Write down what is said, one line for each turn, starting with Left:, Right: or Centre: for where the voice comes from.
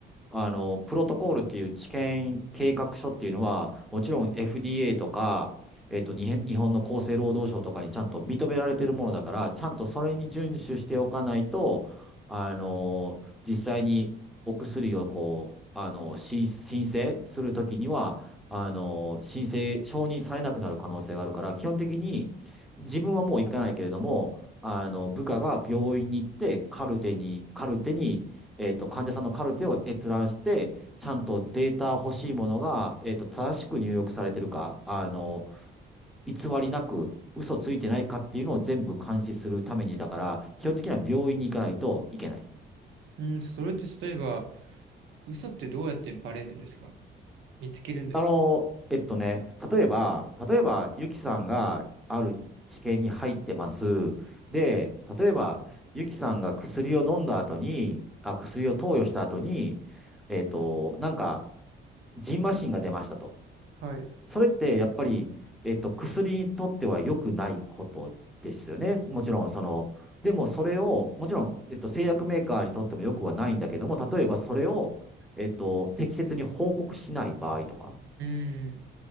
Centre: あの、プロトコールっていう治験計画書っていうのは、もちろん FDA とか、えっと、にへん日本の厚生労働省とかにちゃんと認められてるものだから、ちゃんとそれに遵守しておかないと、あの、実際にお薬をこう、あの、し申請するときには、あの、申請、承認されなくなる可能性があるから、基本的に自分はもう行かないけれども、あの、部下が病院に行って、カルテに、カルテに、えっと、患者さんのカルテを閲覧して、ちゃんとデータ欲しいものが、えっと、正しく入力されてるか、あの、偽りなく、嘘ついてないかっていうのを全部監視するために、だから、基本的には病院に行かないといけない。
Right: うん、それって例えば、嘘ってどうやってバレるんですか見つけるんですか
Centre: あの、えっとね、例えば、例えば、ゆきさんがある治験に入ってます。で、例えば、ゆきさんが薬を飲んだ後に、あ、薬を投与した後に、えっと、なんか、ジンマシンが出ましたと。
Right: はい。う
Centre: それってやっぱり、えっと、薬にとっては良くないことですよね。もちろん、その、でもそれを、もちろん、えっと、製薬メーカーにとっても良くはないんだけども、例えばそれを、えっと、適切に報告しない場合とか、
Right: ーん、